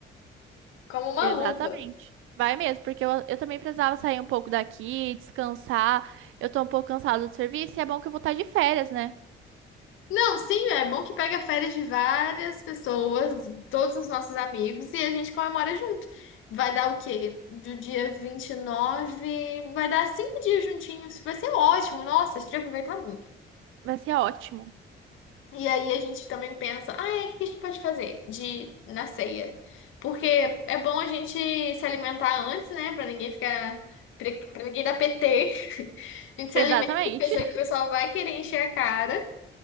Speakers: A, on the left; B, on the right.
A: como uma
B: Exatamente.
A: luva.
B: Vai mesmo, porque eu, eu também precisava sair um pouco daqui, descansar. Eu tô um pouco cansada do serviço e é bom que eu vou estar de férias, né?
A: Não, sim, é bom que pega férias de várias pessoas, todos os nossos amigos, e a gente comemora junto. Vai dar o quê? Do dia 29 vai dar cinco dias juntinhos. Vai ser ótimo, nossa, a gente vai aproveitar muito.
B: Vai ser ótimo.
A: E aí a gente também pensa, ah, é, o que a gente pode fazer de na ceia? Porque é bom a gente se alimentar antes, né? Pra ninguém ficar. Pra pra ninguém dar PT. <laughs> A gente se
B: Exatamente.
A: alimenta e pensa
B: <laughs>
A: que o pessoal vai querer encher a cara.